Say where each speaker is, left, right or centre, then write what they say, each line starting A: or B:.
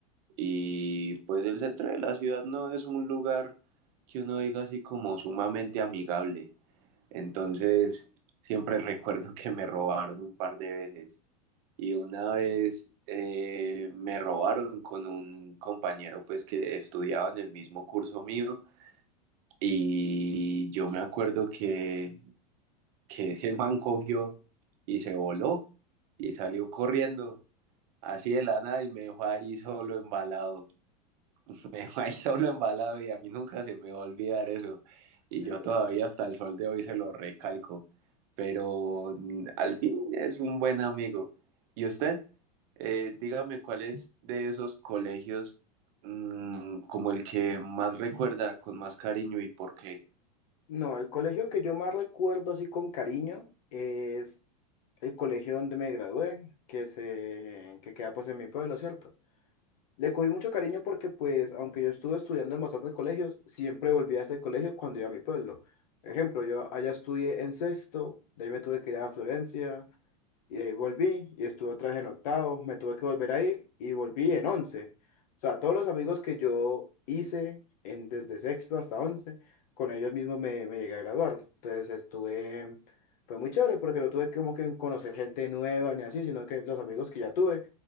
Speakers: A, on the right; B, on the left.
A: Y pues el centro de la ciudad no es un lugar que uno diga así como sumamente amigable. Entonces, siempre <laughs> recuerdo que me robaron un par de veces. Y una vez eh, me robaron con un compañero pues que estudiaba en el mismo curso mío. Y yo me acuerdo que que ese man cogió y se voló y salió corriendo así de la nada y me dejó ahí solo embalado. <laughs> Me dejó ahí solo embalado y a mí nunca se me va a olvidar eso. Y
B: Claro.
A: yo todavía hasta el sol de hoy se lo recalco. Pero mm, al fin es un buen amigo. ¿Y usted? Eh, dígame cuál es de esos colegios mm, como el que más recuerda con más cariño y por qué.
B: No, el colegio que yo más recuerdo así con cariño es el colegio donde me gradué, que se, que queda pues en mi pueblo, ¿cierto? Le cogí mucho cariño porque pues, aunque yo estuve estudiando en bastantes colegios, siempre volví a ese colegio cuando iba a mi pueblo. Ejemplo, yo allá estudié en sexto, de ahí me tuve que ir a Florencia, y de ahí volví y estuve otra vez en octavo, me tuve que volver a ir y volví en once. O sea, todos los amigos que yo hice en, desde sexto hasta once, con ellos mismos me, me llegué a graduar. Entonces estuve, fue muy chévere porque no tuve como que conocer gente nueva ni así, sino que los amigos que ya tuve